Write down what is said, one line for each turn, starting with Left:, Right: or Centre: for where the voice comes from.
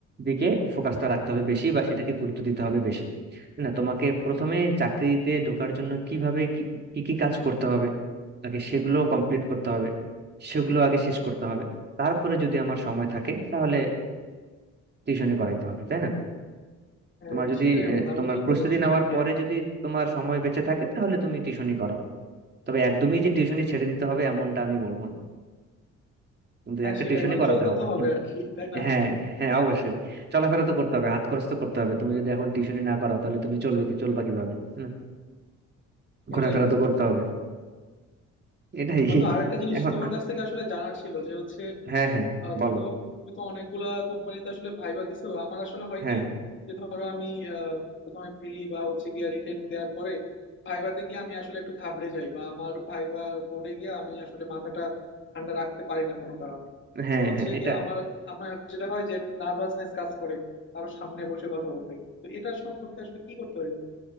Right: দিকে ফোকাসটা রাখতে হবে বেশি বা সেটাকে গুরুত্ব দিতে হবে বেশি তাই না তোমাকে প্রথমে চাকরিতে ঢোকার জন্য কিভাবে কি কি কি কাজ করতে হবে আগে সেগুলো কমপ্লিট করতে হবে সেগুলো আগে শেষ করতে হবে তারপরে যদি আমার সময় থাকে তাহলে টিউশনি করাইতে হবে তাই না
Left: হ্যাঁ
Right: তোমার যদি
Left: সেটাই
Right: আহ,
Left: বন্ধু
Right: তোমার
Left: আমি চিন্তা
Right: প্রস্তুতি
Left: করছিলাম
Right: নেওয়ার
Left: এটা
Right: পরে
Left: এরকম
Right: যদি তোমার সময় বেঁচে থাকে তাহলে তুমি টিউশনি করো তবে একদমই যে টিউশনি ছেড়ে দিতে হবে এমনটা আমি বলবো না কিন্তু
Left: হ্যাঁ
Right: একটা
Left: সেটাই
Right: টিউশনি
Left: মানে
Right: করাতে
Left: চলতে
Right: হবে
Left: তো হবে
Right: হুম,
Left: আর কি তাই না
Right: হ্যাঁ হ্যাঁ অবশ্যই চলাফেরা তো করতে হবে হাত খরচ তো করতে হবে তুমি যদি এখন টিউশনি না করো তাহলে তুমি চলবে কি চলবা কিভাবে তাই না ঘোরাফেরা
Left: এটাই বন্ধু
Right: তো করতে হবে এটাই
Left: বন্ধু আরেকটা জিনিস
Right: এখন
Left: তোমার কাছ থেকে আসলে জানার ছিল যে হচ্ছে
Right: হ্যাঁ হ্যাঁ
Left: আহ, ধরো
Right: বলো
Left: তুমি তো অনেকগুলা কোম্পানিতে আসলে ভাইবা দিছো আমার আসলে হয়
Right: হ্যাঁ
Left: কি যে ধরো আমি আহ, প্রথমে প্রিলি বা হচ্ছে গিয়া রিটেন দেওয়ার পরে ভাইভাতে গিয়ে আমি আসলে একটু ঘাবড়ে যাই বা আমার ভাইবা বোর্ডে গিয়ে আমি আসলে মাথাটা ঠান্ডা রাখতে পারি না কোনো কারণে
Right: হ্যাঁ
Left: তো হচ্ছে
Right: হ্যাঁ এটা
Left: গিয়ে আমার আমার যেটা হয় যে একটু নার্ভাসনেস কাজ করে কারো সামনে বসে কথা বলতে তো এটা সম্পর্কে আসলে কি করতে পারি বলো তো?